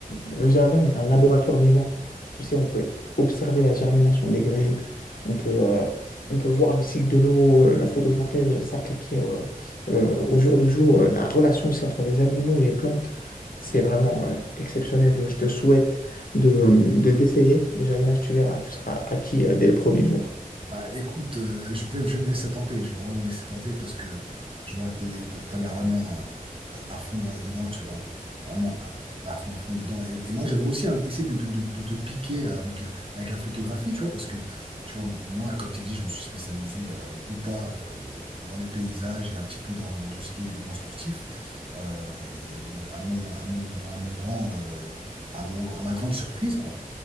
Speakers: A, on the left (about 75°); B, on the right (about 40°).
A: le jardin est un laboratoire vivant. Tu sais, on peut observer la germination des graines, on peut, euh, on peut voir le cycle de l'eau, euh, la photosynthèse euh, s'appliquer euh, euh, au jour le jour, euh, la relation aussi entre les animaux et les plantes. C'est vraiment euh, exceptionnel. Je te souhaite de, euh, de d'essayer le jardinage, tu verras, tu seras acquis euh, dès le premier jour.
B: Bah écoute, euh, je vais, je vais me laisser tenter, je vais vraiment me laisser tenter parce que je vois que tu as l'air vraiment euh, à fond dans- dedans, tu vois. T'as vraiment à, à fond, à fond dedans. Et, et moi, j'aimerais aussi hein, essayer de, de, de, de te piquer avec, euh, avec la photographie, tu vois, parce que, tu vois, moi, comme je t'ai dit, je me suis spécialisé euh, ou pas euh, dans, dans les paysages et un petit peu dans, dans tout ce qui est événement sportif. Euh, à mon, à mon, à mon grand, euh, à mon, à ma grande surprise, quoi.